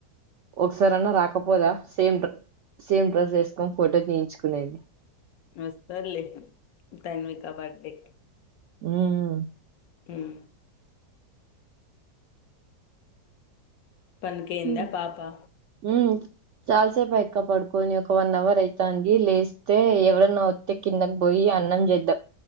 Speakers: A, on the right; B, on the left.
A: ఒకసారి అన్న రాకపోదా సేమ్ సేమ్ డ్రస్ వేసుకోని ఫోటో తీయించుకునేది
B: నస్తర్లే తన్విక బర్డేకి
A: ఉమ్
B: హ్మ్ పందుకేందా
A: ఉమ్
B: పాపా
A: ఉమ్ చాలాసేపు అయక్క పడుకొని ఒక వన్ అవర్ అయితంది లేస్తే ఎవరన్నా వస్తే కిందకి పోయి అన్నం చేద్దాం